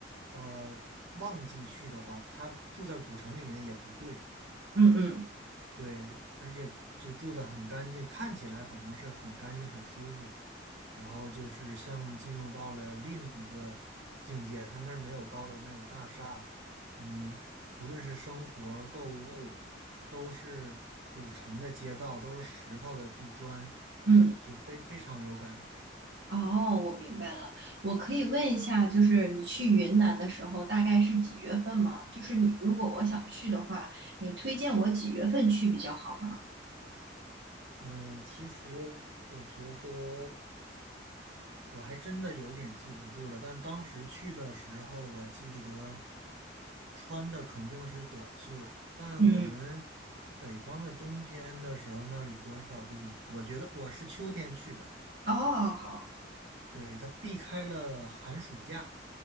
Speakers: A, on the right; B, on the right.
A: 呃旺季去的话，它住在古城里面也不贵，
B: 嗯嗯
A: 对，而且就住得很干净，看起来反正是很干净、很舒服。然后就是像进入到了另一个境界，它那儿没有高楼，没有大厦，你无论是生活、购物，都是古城的街道，都是石头的地砖，
B: 嗯，
A: 就非非常有感觉。
B: 哦，我明白了。我可以问一下，就是你去云南的时候大概是几月份吗？就是你如果我想去的话，你推荐我几月份去比较好呢？
A: 嗯，其实我觉得。我还真的有点记不住了，但当时去的时候，我记得穿的肯定是短袖。但我们
B: 嗯，
A: 北方的冬天的时候，那里多少度呢？我觉得我是秋天去的，
B: 哦，好，
A: 对，它避开了寒暑假，